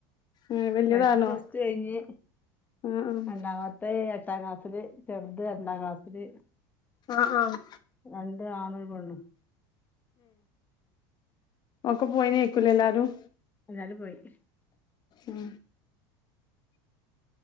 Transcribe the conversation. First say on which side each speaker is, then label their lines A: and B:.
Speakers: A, on the left; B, on the left.
A: ഏഹ് വല്യതാണോ
B: വലുത് പ്ലസ്ടു കഴിഞ്ഞ്
A: ആഹ് ആഹ്
B: രണ്ടാമത്തെ എട്ടാം ക്ലാസില് ചെറുത് രണ്ടാം ക്ലാസ്സില്
A: ആഹ് ആഹ്
B: രണ്ട് ആണും ഒരു പെണ്ണും.
A: ഒക്ക പോയിനേ ഏക്കൂലേ എല്ലാരും
B: എല്ലാരും പോയി
A: ഉം